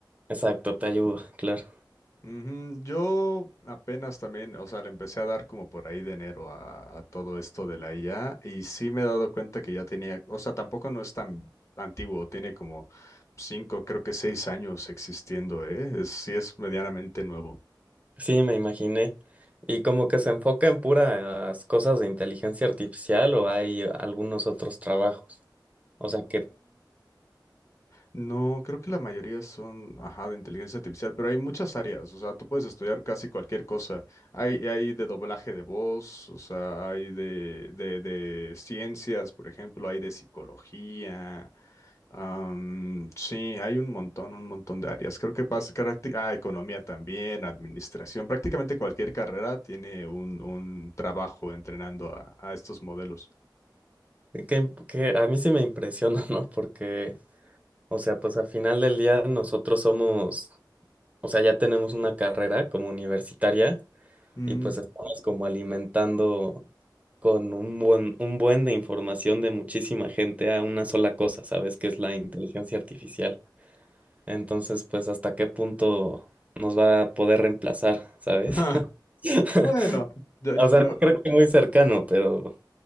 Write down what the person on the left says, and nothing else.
Ujú, Yo apenas también, o sea, le empecé a dar como por ahí de enero a, a todo esto de la IA y sí me he dado cuenta que ya tenía, o sea, tampoco no es tan antiguo, tiene como cinco, creo que seis años existiendo, ¿eh? Es- sí es medianamente nuevo.
No, creo que la mayoría son, ajá, de inteligencia artificial, pero hay muchas áreas, o sea, tú puedes estudiar casi cualquier cosa. Hay, hay de doblaje de voz, o sea, hay de, de, de ciencias, por ejemplo, hay de psicología. am, sí, hay un montón, un montón de áreas. Creo que pasa, caracti- ah, economía también, administración, prácticamente cualquier carrera tiene un, un trabajo entrenando a, a estos modelos.
Mm,
<laughs> ah,
bueno, yo,
yo-